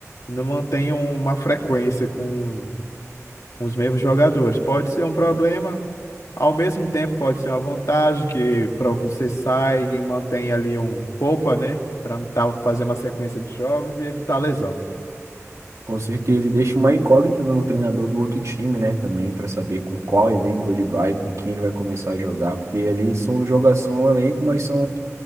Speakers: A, on the left; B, on the right.
A: e não mantém uma frequência com, com os mesmos jogadores. Pode ser um problema, ao mesmo tempo pode ser uma vantagem, que para você sai e mantém ali um poupa, né? Para não tá, fazer uma sequência de jogos e evitar lesão.
B: Com certeza. E deixa uma incógnita no treinador do outro time, né? Também, pra saber com qual elenco ele vai, com quem ele vai começar a jogar. Porque ali são jogação elenco, mas são